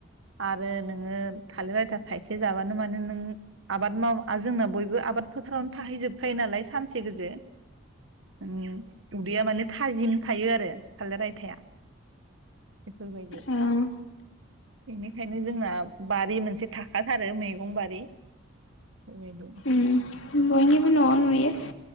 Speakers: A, on the right (about 65°); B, on the left (about 65°).
A: आरो नोङो थालिर आयथा थाइसे जाबानो मानो नों आबाद माव जोंना बयबो आबाद फोथारावनो थाहैजोबखायो नालाय सानसे गोजो। मउ उदैया माने थाजिम। थायो आरो थालिर आयथाया। बेफोरबायदि
B: उम
A: बेनिखायनो नो जोंना बारि मोनसे थाखाथारो मैगं बारि। बेबायदि
B: ओम बयनिबो न'आव नुयो।